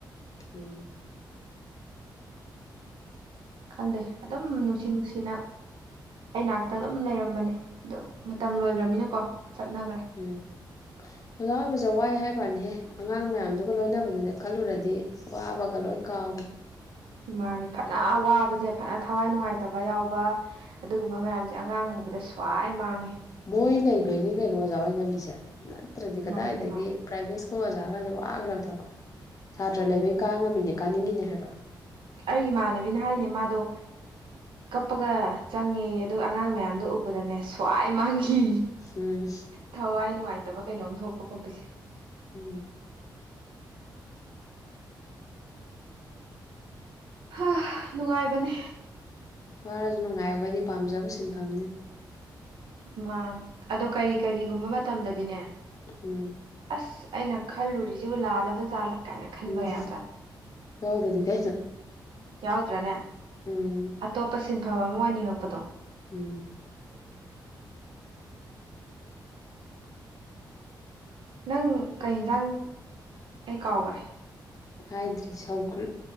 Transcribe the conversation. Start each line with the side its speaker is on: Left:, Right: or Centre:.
Left: ꯎꯝ
Right: ꯈꯪꯗꯦ ꯑꯗꯨꯝ ꯅꯨꯡꯁꯤ ꯅꯨꯡꯁꯤꯅ ꯑꯩꯅꯥꯛꯇ ꯑꯗꯨꯝ ꯂꯩꯔꯝꯕꯅꯦ ꯑꯗꯣ ꯃꯇꯝ ꯂꯣꯏꯈ꯭ꯔꯃꯤꯅꯀꯣ ꯆꯠꯅꯈ꯭ꯔꯦ
Left: ꯎꯝ ꯑꯣꯖꯥ ꯑꯣꯏꯕꯁꯦ ꯋꯥꯏ ꯍꯥꯏꯕꯅꯤꯍꯦ ꯑꯉꯥꯡ ꯃꯌꯥꯝꯗꯨꯒ ꯂꯣꯏꯅꯕꯗꯨꯅꯦ ꯈꯜꯂꯨꯔꯗꯤ ꯋꯥꯕꯒ ꯂꯣꯏ ꯀꯥꯎꯕꯅꯦ
Right: ꯃꯥꯅꯤ ꯐꯅ ꯋꯥꯕꯁꯦ ꯐꯅ ꯊꯋꯥꯏ ꯅꯨꯡꯉꯥꯏꯇꯕ ꯌꯥꯎꯕ ꯑꯗꯨꯒꯨꯝꯕ ꯃꯌꯥꯝꯁꯦ ꯑꯉꯥꯡ ꯎꯕꯗ ꯁ꯭ꯋꯥꯏ ꯃꯥꯡꯉꯦ
Left: ꯃꯣꯏ ꯂꯩꯕꯩꯅꯤ ꯀꯩꯅꯣ ꯑꯣꯖꯥꯑꯣꯏ ꯉꯝꯃꯤꯁꯦ ꯅꯠꯇ꯭ꯔꯗꯤ ꯀꯗꯥꯏꯗꯒꯤ
Right: ꯃꯥꯅꯤ ꯃꯥꯅꯤ
Left: ꯄ꯭ꯔꯥꯏꯚꯦꯠ ꯁ꯭ꯀꯨꯜ ꯑꯣꯖꯥꯒꯁꯦ ꯋꯥꯈ꯭ꯔꯕ ꯊꯕꯛꯅꯦ ꯁꯥꯇ꯭ꯔ
Right: ꯎꯝ
Left: ꯂꯩꯕꯩ ꯀꯥꯉꯝꯃꯤꯅꯦ ꯀꯥꯅꯤꯡꯉꯤꯅꯦ ꯍꯥꯏꯕ
Right: ꯑꯩ ꯏꯃꯥꯟꯅꯕꯤꯅ ꯍꯥꯏꯅꯦ ꯃꯥꯗꯣ ꯀꯞꯄꯒ ꯆꯪꯉꯦ ꯑꯗꯨꯒ ꯑꯉꯥꯡ ꯃꯌꯥꯝꯗꯨ ꯎꯕꯗꯅꯦ ꯁ꯭ꯋꯥꯏ ꯃꯥꯡꯈꯤ
Left: ꯍꯝ
Right: ꯊꯋꯥꯏ ꯅꯨꯡꯉꯥꯏꯇꯕ ꯀꯩꯅꯣꯝ ꯊꯣꯛꯄ ꯈꯣꯠꯄꯁꯦ
Left: ꯎꯝ
Right: ꯍꯥ ꯅꯨꯡꯉꯥꯏꯕꯅꯦ
Left: ꯋꯥꯔꯁꯨ ꯅꯨꯡꯉꯥꯏ ꯑꯩꯈꯣꯏꯗꯤ ꯄꯥꯝꯖꯕ ꯁꯤꯟꯐꯝꯅꯤꯅ
Right: ꯃꯥꯅꯦ ꯑꯗꯣ ꯀꯔꯤ ꯀꯔꯤꯒꯨꯝꯕ ꯃꯇꯝꯗꯗꯤꯅꯦ
Left: ꯎꯝ
Right: ꯑꯁ ꯑꯩꯅ ꯈꯜꯂꯨꯔꯤꯁꯤꯕꯨ ꯂꯥꯜꯂꯕ ꯖꯥꯠꯂꯛ ꯀꯥꯏꯅ ꯈꯟꯕꯒ
Left: ꯎꯝ
Right: ꯌꯥꯎꯖꯥꯠꯅꯤ
Left: ꯌꯥꯎꯗꯗꯤ ꯀꯩꯅꯣ
Right: ꯌꯥꯎꯗ꯭ꯔꯅꯦ
Left: ꯎꯝ
Right: ꯑꯇꯣꯞꯄ ꯁꯤꯟꯐꯝ ꯑꯃ ꯑꯣꯏꯅꯤꯡꯉꯛꯄꯗꯣ
Left: ꯎꯝ
Right: ꯅꯪ ꯀꯩ ꯍꯦꯟꯖꯥꯡ ꯑꯩ ꯀꯥꯎꯈꯔꯦ
Left: ꯍꯥꯏꯗ꯭ꯔꯔꯤ